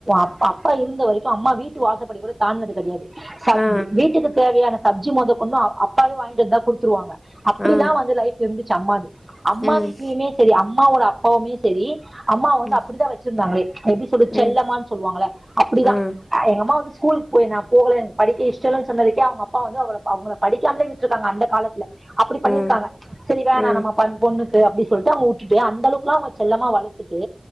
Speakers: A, on the right; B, on the left.
A: அப்பா அப்பா இருந்த வரைக்கு அம்மா வீட்டு வாசப்படி கூட தாண்டுனது கெடையாது சப்
B: ஆ,
A: வீட்டுக்கு தேவையான சப்ஜி மொத கொண்டு அ அப்பாவே வாங்கிட்டு வந்தா குடுத்துருவாங்க அப்டிதா
B: ஆ.
A: வந்து லைஃப் இருந்துச்சி அம்மாது அம்மா
B: ம்,
A: வீட்லையுமே சரி அம்மாவோட அப்பாவுமே சரி அம்மாவ வந்து
B: ம்,
A: அப்டிதான் வச்சிருந்தாங்களே எப்படி சொல்றது
B: ம்.
A: செல்லம்மா சொல்லுவாங்கள அப்டிதா
B: ஆ,
A: எங்கம்மா வந்து ஸ்கூல்க்கு போய் நா போவலே படிக்க இஷ்டல்ல சொன்னதுக்கே அவுங்க அப்பா வந்து அவல அவுங்கல படிக்காமே விட் விட்ருக்காங்க அந்த காலத்துல அப்டி பண்ணிருக்காங்க
B: ஆ,
A: சரி வேனா
B: ஆ.
A: நம்ப பண் பொண்ணுக்கு அப்டி சொல்டு அவுங்க உட்டுட்டு அந்தளவுக்குலா அவுங்க செல்லமா வளர்த்து ட்டு